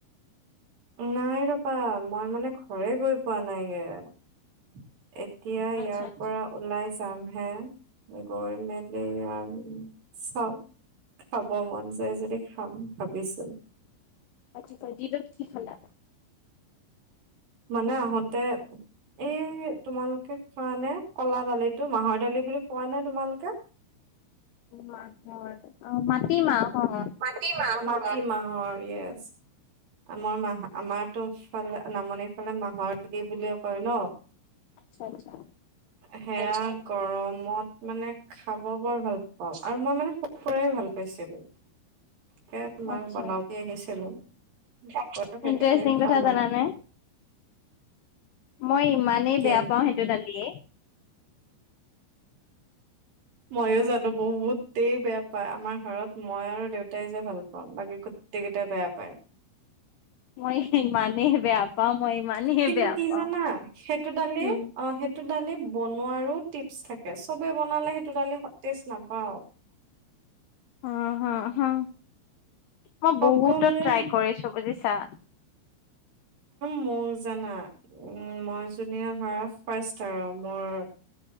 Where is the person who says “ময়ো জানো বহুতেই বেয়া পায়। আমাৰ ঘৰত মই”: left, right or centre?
Right